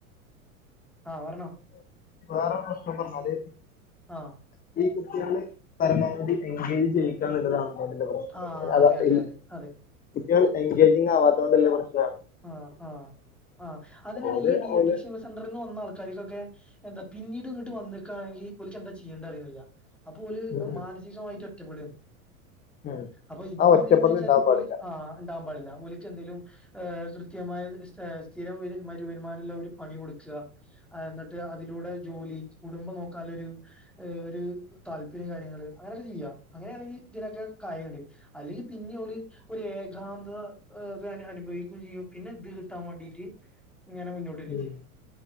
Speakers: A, in the centre; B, on the left (about 20°).
A: ആ പറഞ്ഞോ
B: വേറെ പ്രശ്നം പറഞ്ഞാല്
A: ആഹ്
B: പിന്നേ കുട്ടികളില് പരമാവധി എൻഗേജ് ചെയ്യിക്കാന്നുള്ളതാണ്. പ്രശ്ന
A: ആഹ്
B: അല്ല
A: അതെ അതെ
B: ഈ
A: അതെ അതെ
B: കുട്ട്യേള് എൻഗേജിങ് ആവാതോണ്ട്ള്ള പ്രശ്നം
A: ആ ആ ആ അതെന്നാണ്
B: ഓല്
A: ഈ ഡി
B: ഓല്
A: അഡിക്ഷൻ സെന്റർന്ന് വന്ന ആൾക്കാർക്കൊക്കെ എന്താ പിന്നീട് ഇങ്ങട്ട് വന്ന്ക്കാണെങ്കി ഓല്ക്ക് എന്താ ചിയ്യ്ണ്ട്ന്നറീണില്ല. അപ്പൊ ഓല്
B: ഉം,
A: മാനസികമായിട്ട് ഒറ്റപ്പെടാണ്
B: ഉം.
A: അപ്പൊ ഇതിനെതന്ത
B: ആ ഒറ്റപ്പെടൽ
A: വെച്ചാല്
B: ഉണ്ടാവാൻ പാടില്ല.
A: ഓല് ആ ഇണ്ടാകാൻ പാടില്ല ഓല്ക്ക് എന്തേലും ഏ കൃത്യമായ സ്ഥിരം വര് വരുമാനുള്ള ഒരു പണി കൊട്ക്ക എന്നിട്ട് അതിലൂ ടെ ജോലി കുടുംബം നോക്കാൻള്ളൊരു ഒരു താല്പര്യം കാര്യങ്ങള് അങ്ങനെയൊക്കെ ചെയ്യ അങ്ങനെയാണെങ്കി ഇതിനൊക്കെ കാര്യണ്ട് അല്ലെങ്കി പിന്നേം ഓല് ഒരു ഏകാന്തത ഇത് അനുഭവി ചെയും പിന്നെ ഇത് കിട്ടാൻ വേണ്ടിട്ട് ഇങ്ങനെ മുന്നോട്ട് വരികയും
B: ഉം
A: ചെയ്യും